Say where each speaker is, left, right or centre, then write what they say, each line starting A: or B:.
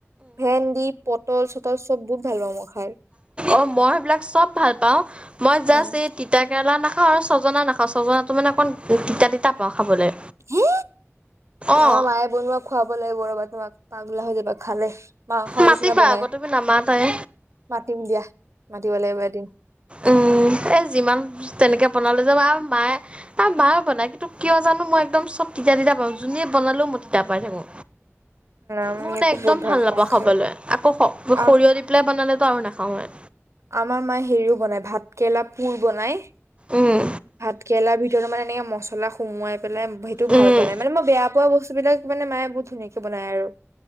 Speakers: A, on the right; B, on the right.
A: ভেন্দি, পটল চটল চব বহুত ভাল পাওঁ মই খাই।
B: অ'! মই সেইবিলাক চব ভাল পাওঁ। মই জাষ্ট
A: উম
B: এই তিতা কেৰেলা নাখাওঁ আৰু ছজনা নাখাওঁ। ছজনা ত' মানে অকণ তিতা তিতা পাওঁ খাবলৈ
A: হে? আমাৰ
B: অঁ
A: মায়ে বনোৱা খুৱাব লাগিব ৰ তোমাক, পাগলা হৈ যাবা খালে। মাংসৰ
B: মাতিবা
A: নিচিনা বনাই
B: আকৌ তুমি নামাতাই?
A: মাতিম দিয়া মাতিব লাগিব এদিন
B: উম, এ, যিমান তেনেকে বনালে মায়ে আৰু মায়ে বনায়। কিন্তু, কিয় জানোঁ মই একদম চব তিতা তিতা পাওঁ, যোনে বনালেও মই তিতা পাই থাকোঁ।
A: আমি
B: মোৰ মানে
A: আকৌ
B: একদম
A: বহুত ভাল
B: নাপাওঁ
A: পাওঁ।
B: খাবলৈ,
A: খাই
B: আকৌ স
A: আ
B: সৰিয়হ দি পেলাই বনালে আৰু নেখাওঁ মই।
A: আমাৰ মায়ে হেৰিও বনায়, ভাত কেৰেলাৰ পুৰ বনাই।
B: উম,
A: ভাত কেৰেলাৰ ভিতৰত মানে, এনেকে মছলা সোমোৱাই পেলাই সেইটো ভাল
B: উম,
A: বনাই, মানে মই, বেয়া পোৱা বস্তু বস্তু বিলাক মানে, মায়ে বহুত ধুনিয়াকে বনায় আৰু।